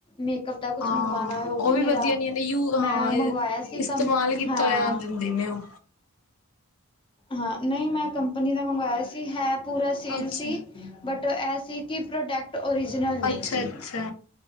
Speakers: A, on the left; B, on the left.
A: ਮੇਕਅੱਪ ਦਾ ਕੁਛ
B: ਹਾਂ
A: ਮੰਗਵਾਣਾ ਹੋਏ ਓ
B: ਉਹ
A: ਵੀ ਮੇਰਾ,
B: ਵਧੀਆ ਨੀ ਆਂਦੀ ਯੂ ਹਾਂ
A: ਮੈਂ ਮੰਗਵਾਯਾ ਸੀ ਸੀ
B: ਇਸਤੇਮਾਲ
A: ਕੰਪ,
B: ਕੀਤਾ
A: ਹਾਂ।
B: ਹੋਇਆ ਦਿੰਦੇ ਨੇ ਉਹ
A: ਹਾਂ, ਨਈਂ ਮੈਂ ਕੰਪਨੀ ਦਾ ਮੰਗਵਾਯਾ ਸੀ, ਹੈ ਪੂਰਾ ਸੀਲ
B: ਅੱਛਾ
A: ਸੀ। ਬਟ ਐ ਸੀ ਕਿ ਪ੍ਰੋਡਕਟ ਟ ਓਰੀਜਨਲ ਨਹੀਂ
B: ਅੱਛਾ-ਅੱਛਾ,
A: ਸੀ